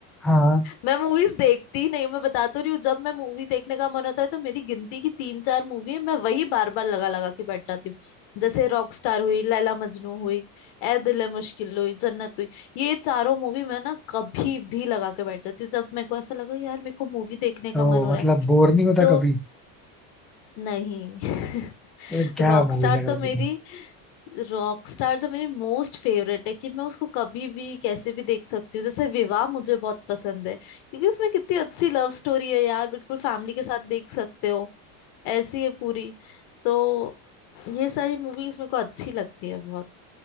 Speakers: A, in the centre; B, on the left (about 60°).
A: हाँ
B: मैं मूवीज देखती ही नहीं मैं बता तो रही हूँ जब मैं मूवी देखने का मन होता है तो मेरी गिनती की तीन चार मूवी है मैं वही बार बार लगा लगा के बैठ जाती हूँ जैसे रॉकस्टार हुई लैला मजनू हुई ए दिल है मुश्किल हुई जन्नत हुई ये चारों मूवी मैं ना कभी भी लगा के बैठ जाती हूँ जब मेरे को ऐसा लगा यार मेरे को मूवी देखने का
A: तो
B: मन हो
A: मतलब
B: रहा है
A: बोर नहीं होता
B: तो
A: कभी
B: नहीं
A: फिर क्या
B: <laughs> रॉकस्टार
A: मूवी लगा
B: तो मेरी
A: के देखोगे?
B: रॉकस्टार तो मेरी मोस्ट फेवरेट है कि मैं उसको कभी भी कैसे भी देख सकती हूँ जैसे विवाह मुझे बहुत पसंद है क्योंकि उसमें कितनी अच्छी लव स्टोरी है यार बिल्कुल फैमिली के साथ देख सकते हो ऐसी है पूरी तो ये सारी मूवीज मेरे को अच्छी लगती है बहुत